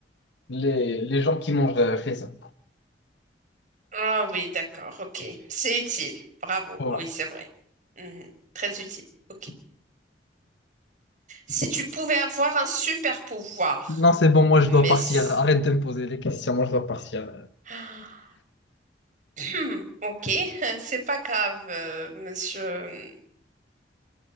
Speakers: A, on the left; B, on the right.
A: les, les gens qui mangent euh, chez ça.
B: Ah oui, d'accord, ok. C'est utile. Bravo.
A: Voilà.
B: Oui, c'est vrai. Mhm. Très utile. Ok. Si tu pouvais avoir un super pouvoir,
A: Non, c'est bon, moi
B: mais...
A: je dois partir.
B: c-
A: Arrête de me poser les questions, moi je dois partir.
B: Ah. <clears throat> Ok, <laughs> c'est pas grave, euh, monsieur.